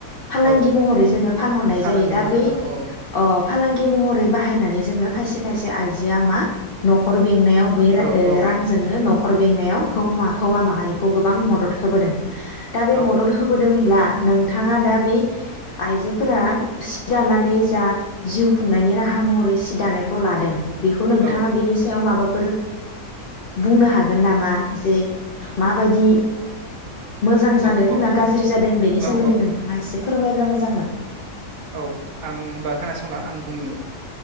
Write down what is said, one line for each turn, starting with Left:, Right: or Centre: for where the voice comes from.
Left: फालांगि
Right: औ
Left: महरै जोङो फानहरनाय
Right: फालांगि
Left: जायो दा
Right: महरै
Left: बे
Right: खालाम औ
Left: अ फालांगि महरै बाहायनानै जोङो खायसे खायसे आइजोआ मा नखर बेंनायाव बै रा
Right: औ
Left: ओ
Right: औ
Left: रांजोंनो नख बेंनायाव हौवा माहारिखौ गोबां मदद होबोदों दा बे
Right: औ
Left: मदद होबोदोंब्ला नों थाङा दाबि आइजोफोरा सि दानानै जा जिउ खुंनायनि राहा महरै सि दानायखौ लादों बेखौ नोंथाङा
Right: औ
Left: बेनि सायाव माबा फोर बुंनो हागोन नामा जे माबायदि मोजां जादों
Right: औ
Left: ना गाज्रि जादों बेनि
Right: औ
Left: सोमोन्दै नोंथाङा एसे फोरमायब्ला मोजांमोन
Right: औ आं होमबा खोनासंना आं बुंनि